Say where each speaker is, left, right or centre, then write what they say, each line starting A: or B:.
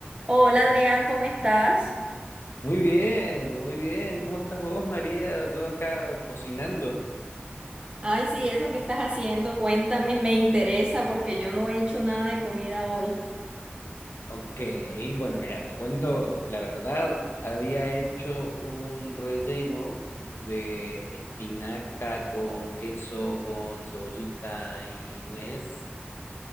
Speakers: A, on the right; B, on the left.
A: Hola Adrián, ¿cómo estás?
B: Muy bien, muy bien. ¿Cómo estás vos, María? Yo acá cocinando.
A: Ay, sí, eso que estás haciendo, cuéntame, me interesa porque yo no he hecho nada de comida hoy.
B: Ok, bueno, mira, te cuento la verdad. Había hecho un relleno de espinaca con queso, con cebollita y nuez.